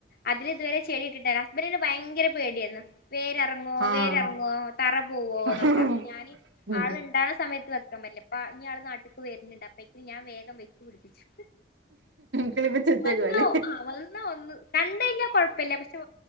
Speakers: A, on the left; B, on the right.
A: അതിൽ ഇതുവരെ ചെടി <unintelligible> <unintelligible> ഭയങ്കര പേടിയായിരുന്നു. വേരെർങ്ങോ
B: ആഹ്
A: വേരെർങ്ങോ തറ പോവോന്നൊക്കെ
B: ആഹ്
A: അപ്പൊ ഞാന്
B: ഉം
A: ആള്ണ്ടാവ്ണ സമയത്ത് വെക്കാൻ പറ്റില്ലപ്പ ഇനി ആള് നാട്ട്ക്ക് വര്ന്ന്ണ്ടപ്പൊ വെക്ക് ഞാൻ വേഗം വെച്ചു പിടിപ്പിച്ചു
B: കിളിപ്പിച്ച് വെച്ചേക്കുവാ
A: വന്ന
B: അല്ലേ
A: ആ വന്ന ഒന്ന് കണ്ട് കഴിഞ്ഞാൽ കൊഴപ്പമില്ല പക്ഷെ